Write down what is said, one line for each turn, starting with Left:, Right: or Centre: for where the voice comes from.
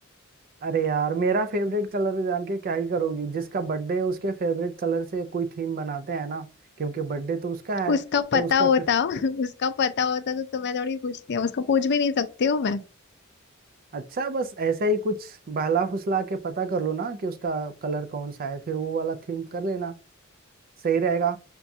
Right: अरे यार मेरा फेवरेट कलर जान के क्या ही करोगी जिसका बर्थडे है उसके फेवरेट कलर से कोई थीम बनाते हैं ना क्योंकि बर्थडे तो उसका है
Left: उसका
Right: तो
Left: पता
Right: उसका
Left: होता
Right: फिर
Left: <laughs> उसका पता होता तो तुम्हें थोड़ी पूछती है उसको पूछ भी नहीं सकती हूँ
Right: अच्छा बस ऐसा ही कुछ बहला फुसला के पता कर लो ना कि उसका कलर कौन सा है फिर वो वाला थीम कर लेना सही रहेगा